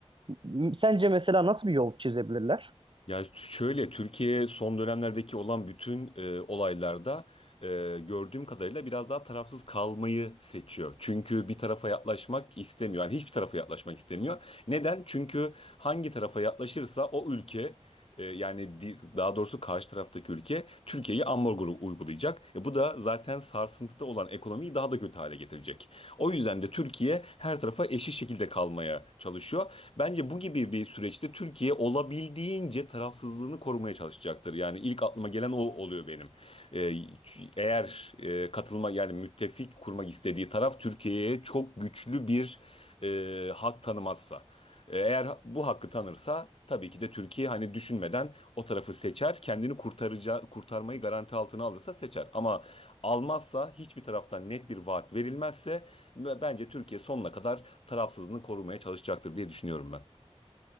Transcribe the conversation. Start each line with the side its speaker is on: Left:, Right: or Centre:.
Right: M- Sence mesela nasıl bir yol çizebilirler?
Left: Ya şöyle Türkiye son dönemlerdeki olan bütün e, olaylarda e, gördüğüm kadarıyla biraz daha tarafsız kalmayı seçiyor. Çünkü bir tarafa yaklaşmak istemiyor. Yani hiçbir tarafa yaklaşmak istemiyor. Neden? Çünkü hangi tarafa yaklaşırsa o ülke e, yani di- daha doğrusu karşı taraftaki ülke Türkiye'yi ambargo uygulayacak. E, bu da zaten sarsıntıda olan ekonomiyi daha da kötü hale getirecek. O yüzden de Türkiye her tarafa eşit şekilde kalmaya çalışıyor. Bence bu gibi bir süreçte Türkiye olabildiğince tarafsızlığını korumaya çalışacaktır. Yani ilk aklıma gelen o oluyor benim. Ee, eğer e, katılma yani müttefik kurmak istediği taraf Türkiye'ye çok güçlü bir e, hak tanımazsa. E, Eğer bu hakkı tanırsa tabii ki de Türkiye hani düşünmeden o tarafı seçer. Kendini kurtaracağı, kurtarmayı garanti altına alırsa seçer. Ama almazsa hiçbir taraftan net bir vaat verilmezse ve bence Türkiye sonuna kadar tarafsızlığını korumaya çalışacaktır diye düşünüyorum ben.